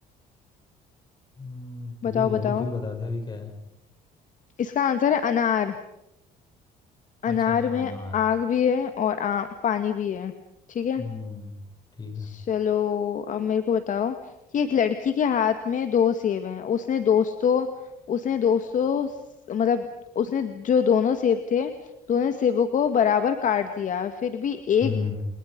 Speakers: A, on the left (about 25°); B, on the left (about 50°).
A: हम्म भूल
B: बताओ
A: गया
B: बताओ
A: भाई तू ही बता दे अभी क्या है
B: इसका आंसर है अनार अनार
A: अच्छा हाँ
B: में
A: अनार
B: आग भी है और आम पानी भी है ठीक है
A: हम्म ठीक
B: चलो
A: है
B: अब मेरे को बताओ कि एक लड़की के हाथ में दो सेब हैं उसने दोस्तों उसने दोस्तों स- मतलब उसने जो दोनों सेब थे दोनों सेबों को बराबर काट दिया फिर भी एक
A: हम्म